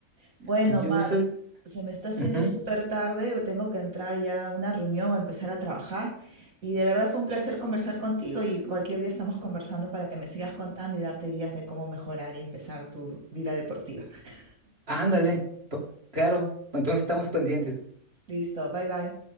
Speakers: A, on the right; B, on the right.
A: Bueno,
B: Pues yo
A: Mar,
B: soy...
A: se me está haciendo
B: Ujú.
A: súper tarde, tengo que entrar ya a una reunión o empezar a trabajar. Y de verdad fue un placer conversar contigo y cualquier día estamos conversando para que me sigas contando y darte guías de cómo mejorar y empezar tu vida deportiva. <laughs>
B: Ándale, po- claro, entonces estamos pendientes.
A: Listo, bye bye.